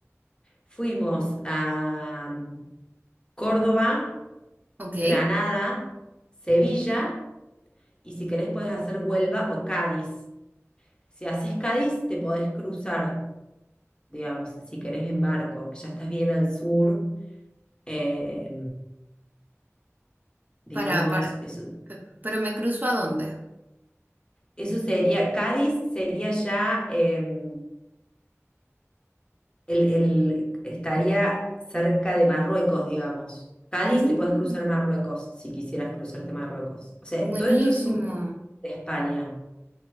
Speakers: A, on the left (about 20°); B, on the right (about 35°).
A: Fuimos a mm, Córdoba
B: Ok,
A: Granada, Sevilla y si querés podés hacer Huelva o Cádiz. Si haces Cádiz, te podés cruzar, digamos, si querés en barco, que ya estás bien al sur. eh, digamos,
B: para, para.
A: eso,
B: ¿Pero me cruzo a dónde?
A: eso sería, Cádiz sería ya... em, el, el- estaría cerca de Marruecos, digamos. Cádiz
B: Mm,
A: te puedes cruzar a Marruecos si quisieras cruzarte a Marruecos. O sea,
B: buenísimo.
A: todo esto es sur de España.